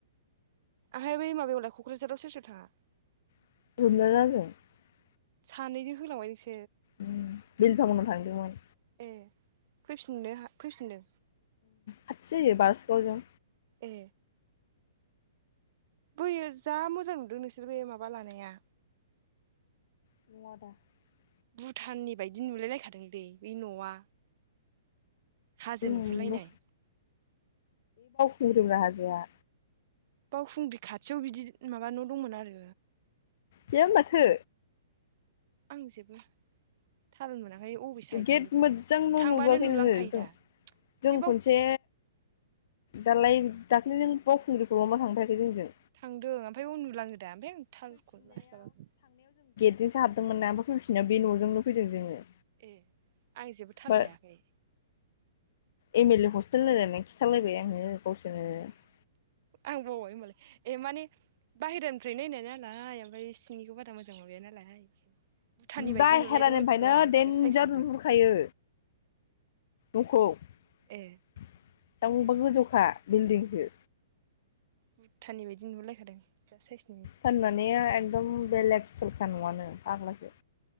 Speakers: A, on the right; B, on the left.
A: आहाय बै माबायावलाय क'क्राझाराव सोर सोर थाङा
B: <unintelligible> <inaudible>
A: सानैजों होलांबाय नोंसोर
B: उ बिलिफांमोनाव थांदोंमोन
A: ए फैफिननो फैफिनदों
B: खाथि जायो बारस' दों
A: ए बोयो जा मोजां नुदों नोंसोरबोयो माबा लानाया
B: <unintelligible> <inaudible>
A: भुटाननि बायदि नुलायलायखादों दै बै न'आ हाजो
B: जों
A: नुहुर लायनाय
B: गुरु हाजोआ
A: बावखुंग्रि खाथियाव बिदि माबा न' दंमोन आरो
B: गैया माथो
A: आं जेबो थाल मोनाखै ओमफ्राय बबे साइडनि
B: गेट मोजांल'
A: थांबानो
B: नुबोआखै
A: नुलांखायो
B: नोङो जों
A: दा
B: जों
A: बेबाव
B: खनसे दालाय दाख्ललिनो बावखुंग्रिखौ ल' मा थांफाखै जोंजों
A: थांदों ओमफ्राय उनन्दुलाङो दा ओमफ्राय आ थालखौ लास्लाखै
B: बिजोंसो हाबदोंमोन ना अमफ्राय फैफिनायना बे न'जोंनो फैदों जोङो
A: ए आं जेबो थाल
B: बा
A: लायाखै
B: एम एल ए हस्टेल रायलायनानै खिथालायबाय आङो गावसोरनो
A: आं बावबाय होनबालाय ए माने बाहेरानिफ्राय नाय होननाय नालाय ओमफ्राय सिंनिखौ बारा मोजां माबाया नालाय भुटाननि बायदि
B: बायहेरानिफ्रायनो
A: नुलायदों मिथिगौ आं नोगोद
B: दडन्जार
A: साइस नुदों
B: नहुरखायो <unintelligible>
A: ए
B: <inaudible> दाबा गोजौखा बिल्दिंसो
A: भुटाननि बायदि नुहरलायखादों जा साइस
B: फाननानै एकदम बेलेग स्टलखा नङानो फाग्लासो